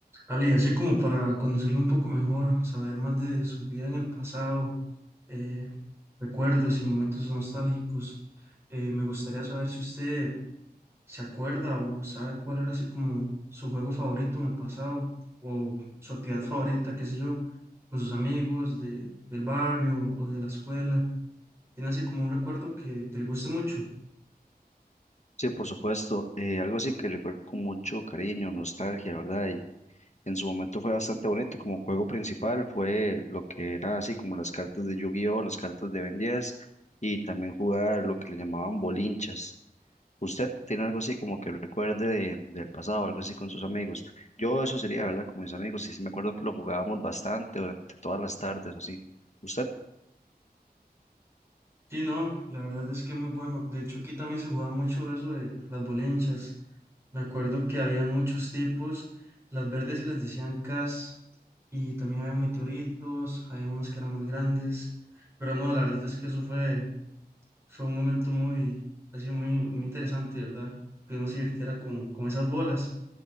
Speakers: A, on the right; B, on the left.
A: Ale, y así como para conocerlo un poco mejor, saber más de su vida en el pasado, eh, recuerdos y momentos nostálgicos, eh, me gustaría saber si usted se acuerda o sabe cuál era así como su juego favorito en el pasado o su actividad favorita, qué sé yo, con sus amigos de, del barrio o de la escuela. Tiene así como un recuerdo que, que le guste mucho.
B: Sí, por supuesto. eh, algo así que recuerdo con mucho cariño, nostalgia, ¿verdad? Y en su momento fue bastante bonito. Como juego principal fue lo que era así como las cartas de Yu-Gi-Oh, las cartas de Ben 10 y también jugar lo que le llamaban bolinchas. ¿Usted tiene algo así como que recuerde de- del pasado, algo así con sus amigos? Yo eso sería, ¿verdad? Con mis amigos y sí me acuerdo que lo jugábamos bastante durante todas las tardes o así. ¿Usted?
A: Sí, no, la verdad es que muy bueno. De hecho, aquí también se jugaba mucho eso de las bolinchas. Me acuerdo que habían muchos tipos. Las verdes se les decían cas y también había meteoritos, había unos que eran más grandes. Pero no, la verdad es que eso fue, fue un momento muy, así muy, muy interesante, ¿verdad? Que uno se divirtiera con, con esas bolas.